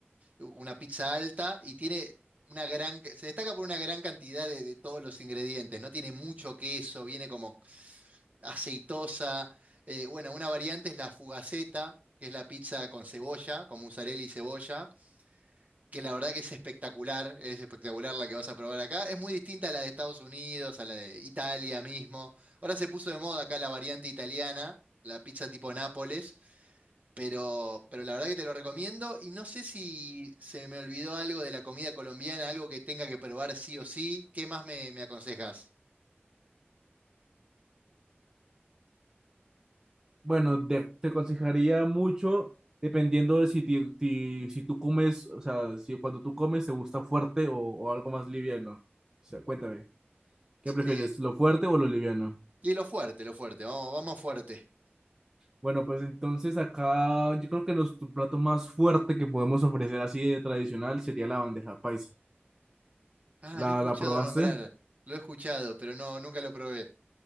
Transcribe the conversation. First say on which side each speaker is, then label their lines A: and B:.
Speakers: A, on the right (about 40°); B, on the right (about 15°).
A: una pizza alta y tiene una gran, se destaca por una gran cantidad de, de todos los ingredientes, no tiene mucho queso, viene como aceitosa. Eh, bueno, una variante es la fugaceta, que es la pizza con cebolla, con mozzarella y cebolla, que la verdad que es espectacular, es espectacular la que vas a probar acá. Es muy distinta a la de Estados Unidos, a la de Italia mismo. Ahora se puso de moda acá la variante italiana, la pizza tipo Nápoles pero, pero la verdad que te lo recomiendo y no sé si se me olvidó algo de la comida colombiana, algo que tenga que probar sí o sí. ¿Qué más me, me aconsejas?
B: Bueno, de- te aconsejaría mucho dependiendo de si, ti- ti- si tú comes, o sea, si cuando tú comes te gusta fuerte o, o algo más liviano. O sea, cuéntame, ¿qué prefieres,
A: Eh,
B: lo fuerte o lo liviano?
A: y lo fuerte, lo fuerte, vamos, vamos fuerte.
B: Bueno, pues entonces acá yo creo que nuestro plato más fuerte que podemos ofrecer así de tradicional sería la bandeja paisa.
A: Ah,
B: ¿La,
A: lo he escuchado
B: la probaste?
A: nombrar, lo he escuchado, pero no, nunca lo probé.